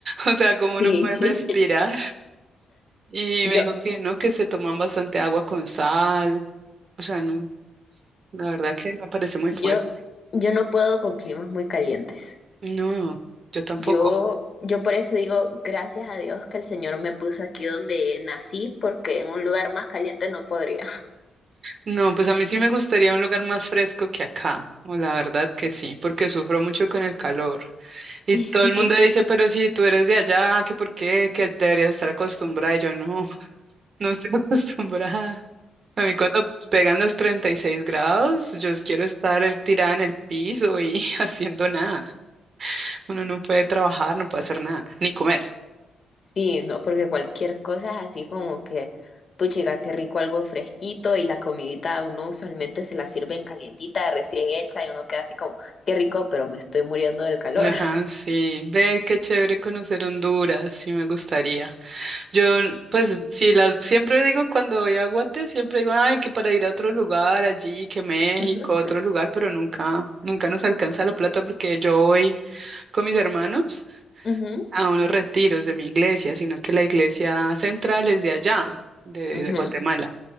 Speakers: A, on the right; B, on the left.
A: O sea, ¿cómo uno
B: Sí,
A: puede respirar?
B: <laughs>
A: Y
B: yo,
A: me dijo que no, que se toman bastante agua con sal. O sea, no, la verdad que me parece muy
B: yo,
A: fuerte.
B: yo no puedo con climas muy calientes.
A: No, yo tampoco.
B: Yo, yo por eso digo, gracias a Dios que el Señor me puso aquí donde nací, porque en un lugar más caliente no podría.
A: No, pues a mí sí me gustaría un lugar más fresco que acá. O la verdad que sí, porque sufro mucho con el calor. Y
B: <laughs>
A: todo el mundo dice, pero si tú eres de allá, que por qué, que deberías estar acostumbrada. Y yo no, <laughs> no estoy acostumbrada. A mí cuando pegan los 36 grados, yo quiero estar eh, tirada en el piso y <laughs> haciendo nada. Uno no puede trabajar, no puede hacer nada, ni comer.
B: Sí, no, porque cualquier cosa es así como que, puchiga, qué rico algo fresquito y la comidita uno usualmente se la sirven calientita, recién hecha y uno queda así como, qué rico, pero me estoy muriendo del calor.
A: Ajá, sí. Ve, qué chévere conocer Honduras, sí me gustaría. Yo, pues, sí, la, siempre digo cuando voy a Guate, siempre digo, ay, que para ir a otro lugar allí, que México,
B: <laughs>
A: otro lugar, pero nunca, nunca nos alcanza la plata porque yo voy con mis hermanos
B: Ujú,
A: a unos retiros de mi iglesia, sino que la iglesia central es de allá, de,
B: ujú.
A: de Guatemala,